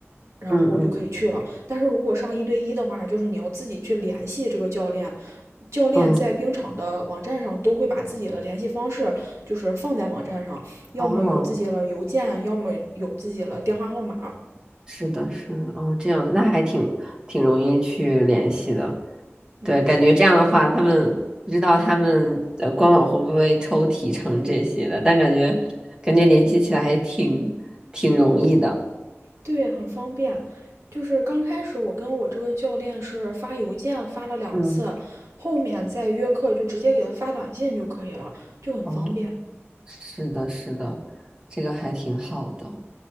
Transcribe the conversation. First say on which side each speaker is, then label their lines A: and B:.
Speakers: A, on the right; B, on the right.
A: 然后就可以去了。
B: 嗯嗯
A: 但是如果上一对一的话，就是你要自己去联系这个教练，教练在冰场的网站上都会把自己的联系方式就是放在网站上，
B: 嗯，
A: 要么有自己的邮件，
B: 哦，
A: 要么有自己的电话号码。
B: 是的，是的，哦，这样那还挺挺容易去联系的，
A: 嗯，
B: 对，感觉这样的话，
A: 是的。
B: 他们不知道他们呃官网会不会抽提成这些的，但感觉感觉联系起来还挺挺容易的，
A: 对，很方便。就是刚开始我跟我这个教练是发邮件发了两次，
B: 嗯，
A: 后面再约课就直接给他发短信就可以了，就很方便。
B: 哦，是的，是的，这个还挺好的，